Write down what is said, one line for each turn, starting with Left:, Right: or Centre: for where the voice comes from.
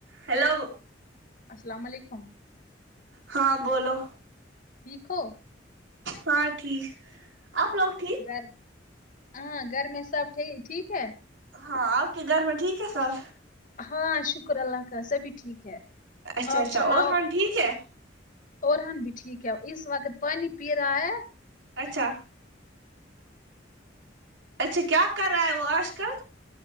Right: hello
Left: السلام علیکم
Right: ہاں بولو
Left: ٹھیک ہو
Right: ہاں ٹھیک آپ ل
Left: گھر اں گھر میں سب ٹھ ٹھیک ہے
Right: ہاں آپ کے گھر میں ٹھیک ہے سب
Left: ہاں شکر ہے اللہ کا سبھی ٹھیک ہے
Right: اچھا
Left: آپ
Right: اچھا
Left: سناؤ
Right: اور ہاں ٹھیک ہے
Left: اورحان بھی ٹھیک ہے اس وقت پانی پی رہا ہے
Right: اچھا اچھا کیا کر رہا ہے وہ آج کل